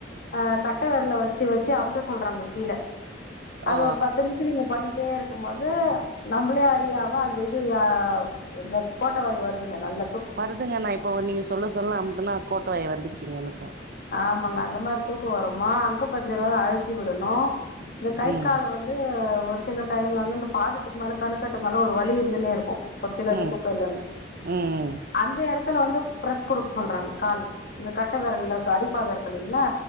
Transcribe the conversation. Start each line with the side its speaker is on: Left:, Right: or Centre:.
Left: ஆ கட்ட விரல வச்சு வ ச்சு அம்த சொல்றாங்க கீழ அது
Right: ஓ
Left: ஒரு பத்து நிம்ஷம் நீங்க பண்ணி தே இருக்கும் போது நம்பளே அறியாம அந்த இது யாவ் இந்த கோட்ட வாய்வு வருதுங்க நல்ல
Right: வருதுங்க நா இப்போ நீங்க சொல்ல சொல்ல அம்துனா கோட்டுவாய் வந்துச்சீங்க எனக்கோ
Left: ஆமாங்க அந்த மாரி தூக்கோ வருமா அக்கு பஞ்சர் வேற அழுத்தி விடணோ இந்த கை
Right: ம்
Left: கால் வந்து ஒரு சில டைம்ல வந்து அந்த பாதத்துக்கு மேல கணுக்கட்டு மேல ஒரு வலி இருந்தனே இருக்கோ ஒரு சிலர்க்கு
Right: ம்
Left: தூக்க இல்லன்னா
Right: ம்
Left: அந்த எடத்துல வந்து ப்ரஸ் குடுக்க சொல்றாங்க கால் இந்த கட்ட விரல்ல ங அடிபாதோ இருக்கில் இன்னா